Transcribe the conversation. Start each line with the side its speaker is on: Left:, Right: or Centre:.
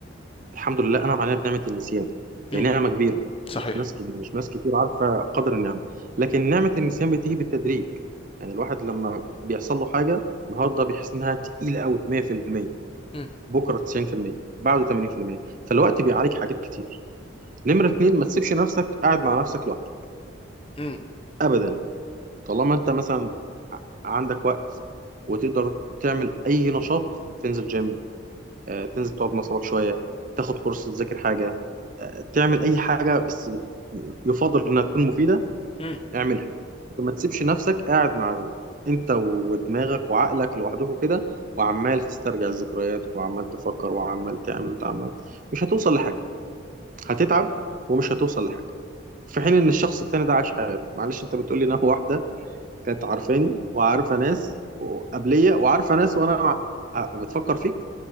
Right: الحمد لله انعم علينا بنعمه النسيان دي
Left: امم
Right: نعمه كبيره
Left: صحيح
Right: مش ناس كتير مش ناس كتير عارفه قدر النعمه لكن نعمه النسيان بتيجي بالتدريج يعني الواحد لما بيحصل له حاجه النهارده بيحس انها تقيله قوي 100%
Left: امم
Right: بكره 90% بعده 80% فالوقت بيعالج حاجات كتير نمره اتنين ما تسيبش نفسك قاعد مع نفسك لوحدك
Left: امم
Right: ابدا طالما انت مثلا ع- عندك وقت وتقدر تعمل اي نشاط تنزل جيم آه، تنزل تقعد مع صحابك شويه تاخد كورس تذاكر حاجه آه، تعمل اي حاجه بس يفضل انها تكون مفيده
Left: امم
Right: اعملها ما تسيبش نفسك قاعد مع انت ودماغك وعقلك لوحدكم كده وعمال تسترجع الذكريات وعمال تفكر وعمال تعمل وتعمل مش هتوصل لحاجه هتتعب ومش هتوصل لحاجه في حين
Left: امم
Right: ان الشخص التاني ده عاش حياته معلش انت بتقول لي ان هو واحده كانت عارفاني وعارفه ناس قبليه وعارفه ناس وانا مع... آه، بتفكر فيك